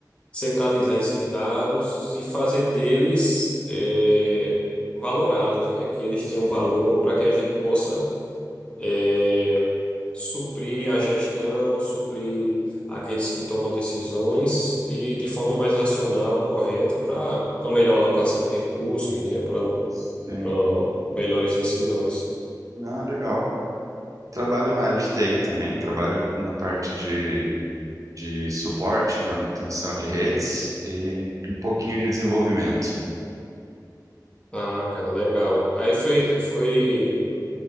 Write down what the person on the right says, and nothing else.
Sim,
sim.
Ah, legal. Trabalho na área de TI também, trabalho na parte de, de suporte, manutenção de redes e um pouquinho de desenvolvimento.